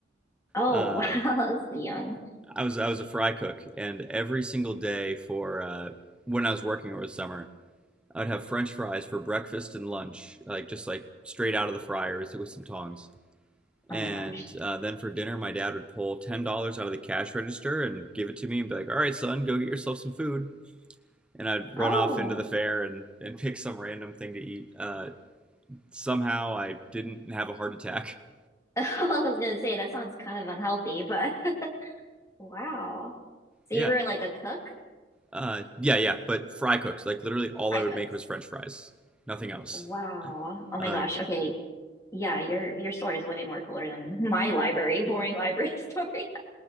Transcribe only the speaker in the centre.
uh,
I was I was a fry cook and every single day for uh, when I was working over the summer I'd have French fries for breakfast and lunch like just like straight out of the fryer with, with some tongs And
uh, then for dinner, my dad would pull ten dollars out of the cash register and give it to me and be like, "All right, son, go get yourself some food." And I'd run
off into the fair and and pick some random thing to eat. Uh, somehow I didn't have a heart attack. <laughs>
Yeah,
uh, yeah, yeah. But fry cooks, like literally, all
I would
make was French fries, nothing else.
Uh,